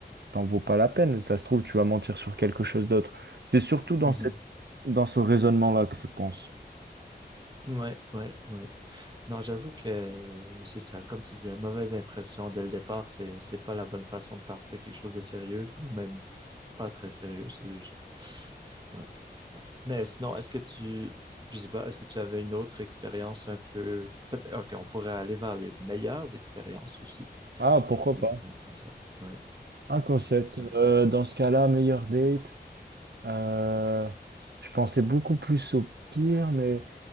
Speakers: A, on the right; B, on the right.
A: t'en vaut pas la peine. Ça se trouve, tu vas mentir sur quelque chose d'autre. C'est surtout dans
B: mhm.
A: cette, dans ce raisonnement-là que je pense.
B: Ouais, ouais, ouais. Non, j'avoue que euh, c'est ça, comme tu disais, mauvaise impression dès le départ, c'est c'est pas la bonne façon de partir quelque chose de sérieux, ou même pas très sérieux, c'est juste. Ouais, ouais. Mais sinon, est-ce que tu, je sais pas, est-ce que tu avais une autre expérience un peu, peut-être, ok, on pourrait aller vers les meilleures expériences aussi,
A: Ah, pourquoi
B: ça ce
A: pas?
B: serait un concept. Ouais,
A: Un concept.
B: ouais.
A: Euh, dans ce cas-là, meilleur date. Euh, je pensais beaucoup plus au pire, mais